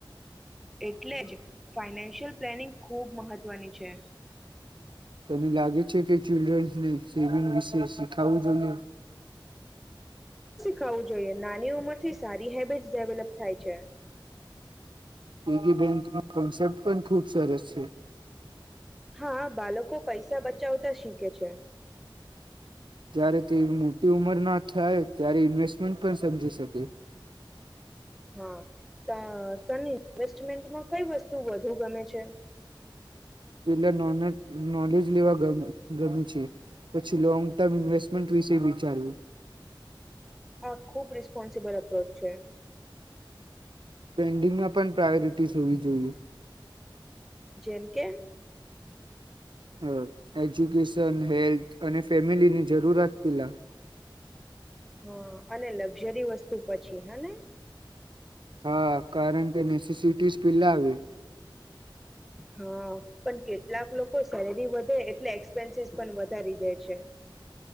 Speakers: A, in the centre; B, on the right.
A: એટલે જ, ફાઈનાન્શિયલ પ્લેનિંગ ખૂબ મહત્ત્વની છે.
B: તને લાગે છે કે ચિલ્ડ્રન્સને સેવિંગ વિશે સીખાવું જોઈએ?
A: ખાવું જોઈએ નાની ઉંમરથી સારી હેબિટસ ડેવલપ થાય છે.
B: પીગી બેન્કનો કોન્સેપ્ટ પણ ખૂબ સરસ છે
A: હા, બાલકો પૈસા બચાવતા શીખે છે.
B: જ્યારે તે મોટી ઉંમર ના થાય ત્યારે ઇન્વેસ્ટમેન્ટ પણ સમજી શકે
A: હા, ત, તને ઇન્વેસ્ટમેન્ટમાં કઈ વસ્તુ વધુ ગમે છે?
B: પેલા નોલેજ, નોલેજ લેવા ગમે, ગમે છે પછી લોંગ ટર્મ ઇન્વેસ્ટમેન્ટ વિશે વિચાર્યું.
A: આ ખૂબ રિસ્પોન્સિબલ અપ્રોચ છે.
B: પેન્ડિંગમાં પણ પ્રાયોરિટીસ હોવી જોઈએ.
A: જેમ કે?
B: હ એજ્યુકેસન, હેલ્થ અને ફેમિલીની જરૂરત. પેલા
A: હા, અને લગ જરી વસ્તુ પછી, હે ને?
B: હા, કારણ કે નેસીસિટીસ પેલા આવે.
A: હા, પણ કેટલાક લોકો સેલેરી વધે એટલે એક્સપેન્સીસ પન વધારી દે છે.